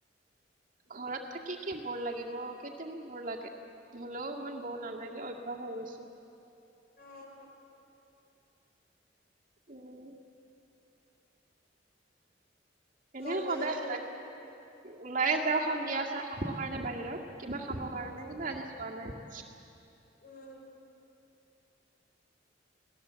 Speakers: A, on the right; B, on the left.
A: ঘৰত থাকি কি বৰ লাগিব, কেতিয়াবা বৰ লাগে, হলেও ইমান বৰ নালাগে, অভ্যাস হৈ গৈছে।
B: অঁ
A: উম এনেই
B: মন
A: সদায়
B: গ'লেতো ওল
A: ওলাইে যাওঁ সন্ধিয়া
B: অ
A: চাহ খাব। হয় নে বাহিৰত কিবা খাবৰ কাৰণে,
B: অ
A: কিন্তু আজি যোৱা নাই। <inaudible>
B: উম